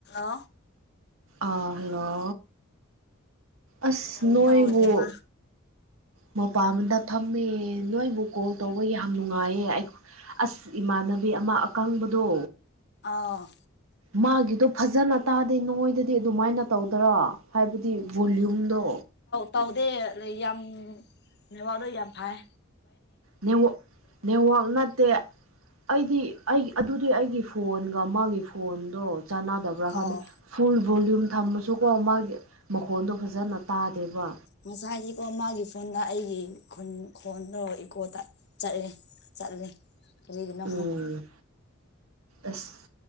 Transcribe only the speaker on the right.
ꯑ ꯍꯂꯣ ꯑꯁ
ꯅꯣꯏꯕꯨ
ꯃꯄꯥꯗ ꯊꯝꯃꯦ ꯅꯣꯏꯕꯨ ꯀꯣꯜ ꯇꯧꯕ ꯌꯥꯝ ꯅꯨꯡꯉꯥꯏꯌꯦ ꯑꯩ ꯑꯁ ꯏꯃꯥꯟꯅꯕꯤ ꯑꯃ ꯑꯀꯪꯕꯗꯣ
ꯃꯥꯒꯤꯗꯣ ꯐꯖꯅ ꯇꯥꯗꯦ ꯅꯣꯡꯉꯣꯏꯗꯗꯤ ꯑꯗꯨꯃꯥꯏꯅ ꯇꯧꯗꯔꯥ ꯍꯥꯏꯕꯗꯤ ꯚꯣꯂ꯭ꯌꯨꯝꯗꯣ
ꯅꯦ ꯅꯦꯋꯥꯇ ꯑꯩꯗꯤ ꯑꯩ ꯑꯗꯨꯗꯤ ꯑꯩꯒꯤ ꯐꯣꯟꯒ ꯃꯥꯒꯤ ꯐꯣꯟꯗꯣ ꯆꯅꯥ ꯗꯕꯔ
ꯐꯨꯜ ꯚꯣꯂꯌꯨꯝ ꯊꯝꯃꯁꯨꯀꯣ ꯃꯥꯒꯤ ꯃꯈꯣꯟꯗꯣ ꯐꯖꯅ ꯇꯥꯗꯦꯕ
ꯎꯝ
ꯑꯁ